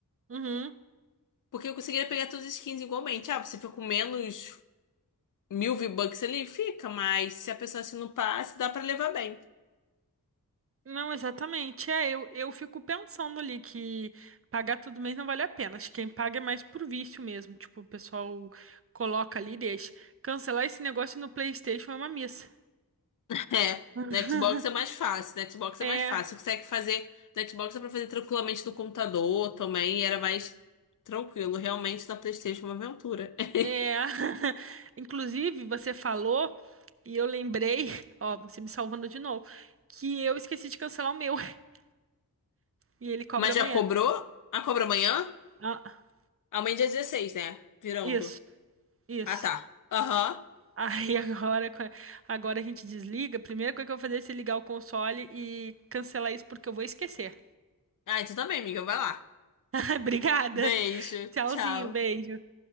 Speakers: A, on the right; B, on the left.
A: Uhum.
B: Porque eu conseguiria pegar todas as skins igualmente. Ah, você fica com menos mil V-Bucks ali? Fica, mas se a pessoa assina o passe, dá pra levar bem.
A: Não, exatamente. É, eu, eu fico pensando ali que pagar todo mês não vale a pena. Acho que quem paga é mais por vício mesmo. Tipo, o pessoal coloca ali e deixa. Cancelar esse negócio no PlayStation é uma missa.
B: <laughs> É,
A: <laughs>
B: no Xbox é mais fácil, no Xbox é
A: É,
B: mais fácil. Você consegue fazer, no Xbox dá pra fazer tranquilamente no computador também, e era mais tranquilo. Realmente na PlayStation é uma aventura. <laughs>
A: é. <laughs> Inclusive, você falou e eu lembrei, <laughs> ó, você me salvando de novo, que eu esqueci de cancelar o meu <laughs> e ele cobra
B: Mas
A: amanhã.
B: já cobrou? Ah, cobra amanhã?
A: Ah,
B: Amanhã é dia dezesseis né? Virando.
A: isso, isso.
B: Ah, tá. Aham.
A: Aí <laughs> agora, agora a gente desliga. A primeira coisa que eu vou fazer é se ligar o console e cancelar isso porque eu vou esquecer.
B: Ah, então também, amiga, vai lá.
A: <laughs> Obrigada.
B: Beijo,
A: Tchauzinho,
B: tchau.
A: beijo.